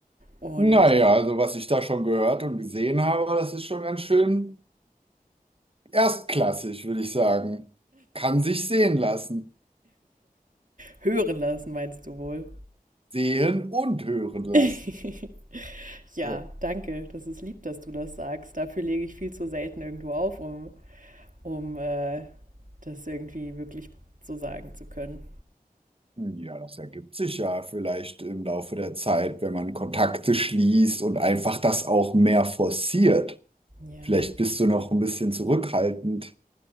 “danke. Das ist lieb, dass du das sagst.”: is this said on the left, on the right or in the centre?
Right